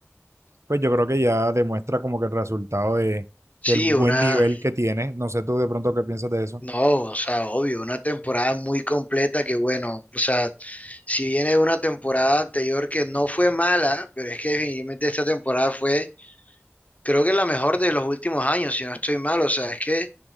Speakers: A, on the right; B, on the left.
A: pues yo creo que ya demuestra como que el resultado de,
B: Sí,
A: del buen
B: una,
A: nivel que tiene. No sé tú de pronto qué piensas de eso.
B: no, o sea, obvio, una temporada muy completa que bueno, o sea, si viene de una temporada anterior que no fue mala, pero es que definitivamente esta temporada fue, creo que la mejor de los últimos años, si no estoy mal, o sea, es que